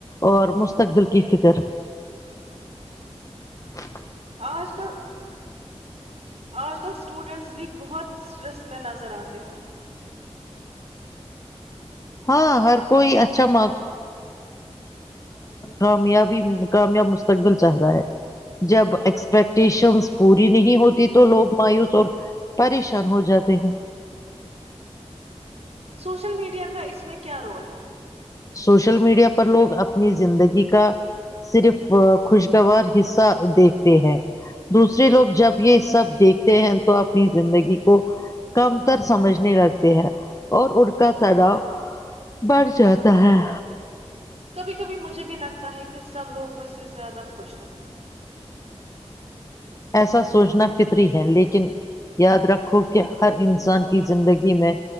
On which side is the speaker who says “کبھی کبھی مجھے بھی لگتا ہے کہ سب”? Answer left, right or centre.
Right